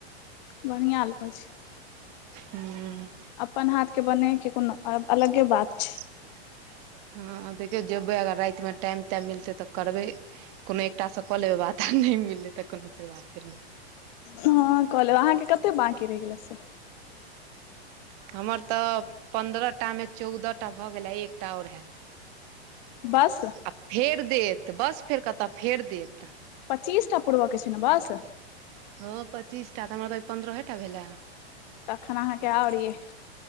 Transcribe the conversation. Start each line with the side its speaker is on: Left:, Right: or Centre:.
Left: बढ़िया लगै छै।
Right: हूं
Left: अपन हाथ के बनेैके, कोनो अलगे बात छै।
Right: <inaudible> हँ देखियौ जेबै अगर राति में, टाइम -टाइम मिलतै तऽ करबै। कोनो एकटासँ कऽ लेबै बात, आ नहि मिललय तऽ कोनो फेर बात नहि।
Left: हुं हँ क लेब, अहाँ के कते बांकी रहि गेलै से।
Right: हमर तऽ पन्द्रहटा में चौदहटा भऽ गेलै, एकटा और हैत।
Left: बस
Right: आ फेर देत, बस फेर कतऽ, फेर देत
Left: पचीसटा पुरब के छै ने बस।
Right: हँ पचीस टा, तऽ हमरा तऽ आय पन्द्रहे टा भेले।
Left: तखन अहाँके और अय।